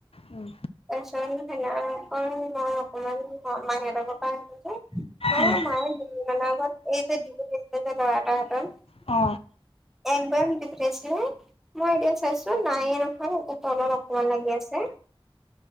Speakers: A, on the left; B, in the centre.
A: উম,
B: তাৰপিচত সেইদিনাখন মই অকমান মাহীহঁতৰ ঘৰৰপৰা আহিলোগে অ
A: উম,
B: মায়ে দুদিন মানৰ আগত এই যে বিহুত দিছিলে যে ল'ৰা এটা হাতত
A: অ
B: এক বয়াম দি পঠিয়াইছিলে মই এতিয়া চাইচো, নায়ে নহয় একে তলত অকমান লাগি আছে।